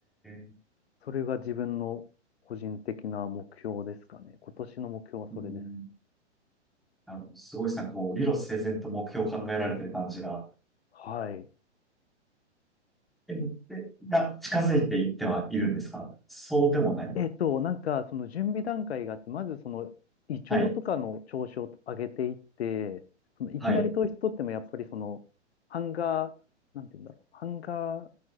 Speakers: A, in the centre; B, on the left (about 60°).
A: え
B: それが自分の個人的な目標ですかね。今年の目標はそれです。
A: うん。あの、すごいですね。こう、理路整然と目標を考えられてる感じが、
B: はい。
A: え、えが近づいていってはいるんですかそうでもないの。
B: えっと、なんか、その準備段階があって、まずその胃腸とかの調子を上げていって、
A: はい、
B: そのいきなり糖質取ってもやっぱりその、
A: はい。
B: ハンガー、なんて言うんだろう、ハンガー、